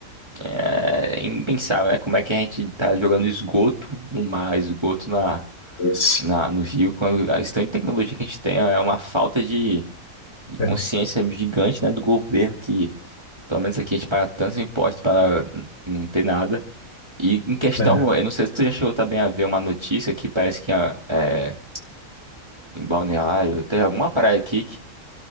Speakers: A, on the right; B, on the left.
A: É impensável, né? Como é que a gente tá jogando esgoto no mar, esgoto na,
B: Isso.
A: na, no rio, com a, a estante de tecnologia que a gente tem, é uma falta de, de consciência
B: É,
A: gigante, né, do governo, que pelo menos aqui a gente paga tantos impostos para n- não ter nada. E em questão,
B: é.
A: eu não sei se tu já chegou também a ver uma notícia que parece que ah, é, em Balneário, teve alguma praia aqui